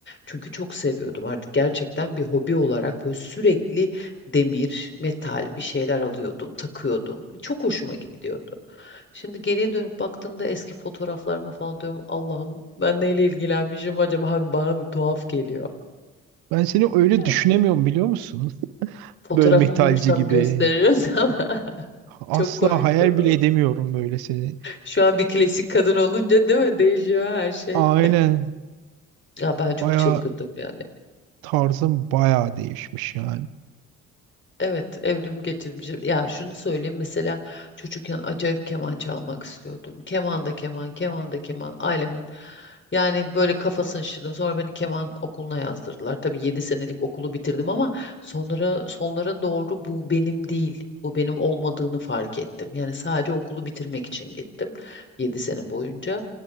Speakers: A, on the left; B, on the right.
A: Çünkü çok seviyordum artık gerçekten bir hobi olarak böyle sürekli demir, metal bir şeyler alıyordum, takıyordum. Çok hoşuma gidiyordu. Şimdi geriye dönüp baktığımda eski fotoğraflarıma falan diyorum Allah'ım ben neyle ilgilenmişim acaba Hani bana bir tuhaf geliyor.
B: Ben seni öyle
A: Ya,
B: düşünemiyorum biliyor musun?
A: Fotoğrafımı
B: Böyle metalci
A: bulursam
B: gibi.
A: gösteririz <laughs> ama
B: Asla
A: çok komikti.
B: hayal
A: valla.
B: bile edemiyorum böyle seni.
A: Şu an bir klasik kadın olunca değil mi? Değişiyor her şey.
B: Aynen.
A: Ya ben çok
B: Baya
A: çılgındım yani.
B: tarzın baya değişmiş yani.
A: Evet, evrim getirmiş. Ya şunu söyleyeyim mesela çocukken acayip keman çalmak istiyordum. Keman da keman, keman da keman. Ailemin yani böyle kafasını şişirdim. Sonra beni keman okuluna yazdırdılar. Tabii 7 senelik okulu bitirdim ama sonra sonlara doğru bu benim değil. Bu benim olmadığını fark ettim. Yani sadece okulu bitirmek için gittim 7 sene boyunca.